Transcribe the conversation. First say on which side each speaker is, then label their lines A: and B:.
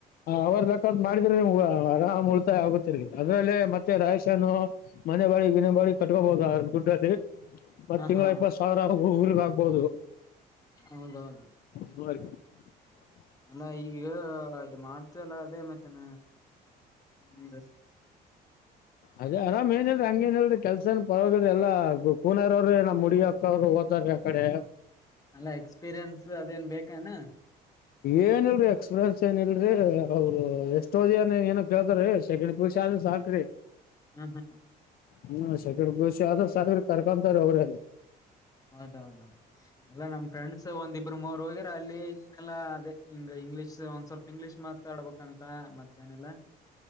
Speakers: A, on the left; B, on the left.
A: ಅವ್ರ ಕ್ಕಂತ ಮಾಡಿದ್ರೆ ನೀವು ಆರಾಮ್ ಉಳಿತಾಯ ಆಗುತ್ತಿರಿ ಅದ್ರಲ್ಲೇ ಮತ್ತೆ ರೇಶನ್ ಮನೆ ಬಾಡಿಗೆ ಮಿನಿ ಬಾಡಿಗೆ ಕಟ್ಕೋಬಹುದು ಅ ದುಡ್ಡುಲಿ ಮತ್
B: ಹಾ
A: ತಿಂಗಗಳ
B: ಹಾ
A: ಇಪ್ಪತ್ ಸಾವಿರ ಊರ್ಗ್ ಆಾಕ್ಬೋದು
B: ಹೌದೌದು
A: ಹ
B: ಅಲ್ಲ ಈಗ ಅದು ಮಾಡ್ತಲ್ಲ ಅದೇ ಮತ್ತಾನ ಹ್ಮ್
A: ಅದ ಅರಾಮ್ ಏನ್ ಹೇಳ್ರಿ ಹಂಗೇನ್ ಹೇಳಿ ಕೆಲ್ಸನ್ ಪರವಾಗಿ ಎಲ್ಲಾ ಗ ಕುನಾರ್ ಅವ್ರಿ ಏನ್ ಹುಡುಗಿ ಹಾಕ್ತವರು ಓತಾರೇ ಕಡೆ
B: ಅಲ್ಲ ಎಕ್ಸ್ಪೀರಿಯನ್ಸ್ ಅದೇನ್ ಬೇಕನಾ
A: ಏನ್ ಇಲ್ರರಿ ಎಕ್ಸ್ಪೀರಿಯನ್ಸ್ ಏನ್ ಇಲ್ರಿ ಅವ್ರು ಎಷ್ಟೋದ ಏ ಏನ ಕೇಳ್ತಾರ ಸೆಕೆಂಡ್ ಪಿಯುಸಿ ಸಾಾಗ್ರೆ
B: ಹ್ಮ್ ಹ್ಮ್ ಹ್ಮ
A: ಹ್ಮ ಶೇಕೇಂಡ್ ಪಿಯುಸಿ ಆದ್ ಸಾಕರಿ ಕರ್ಕೊಂತಾರ ಅವ್ರೇ
B: ಹೌದೌದ ಅಲ್ಲ ನಮ್ ಫ್ರೆಂಡ್ಸ್ ಒಂದಿಬ್ರು ಮೂರ್ ಹೋಗಿರ ಅಲ್ಲಿ ಇಲ್ಲಾ ಏಲಾ ಅದೇ ಹಿಂಗ ಇಂಗ್ಲೀಷ್ ಒಂದ್ ಸ್ವಲ್ಪ ಇಂಗ್ಲೀಷ್ ಮಾತಾಡ್ಬೇಕಂತ ಮತ್ತೇಏನೆಲ್ಲಾ